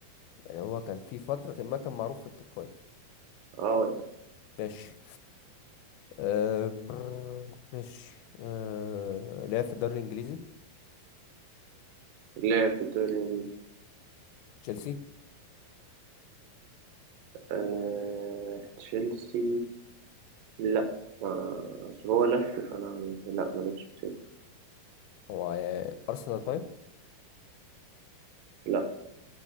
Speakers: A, on the left; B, on the right.
A: يعني هو كان في فترة ما كان معروف في التوب فايف
B: اه
A: ماشي أه برر، ماشي أه لعب في الدوري الانجليزي
B: يعني لعب في الدوري الانجليزي
A: تشيلسي
B: آه، تشيلسي لا ما- اصل هو لف فانا لا ما لعبش في تشيلسي
A: هو آه، ارسنال طيب
B: لا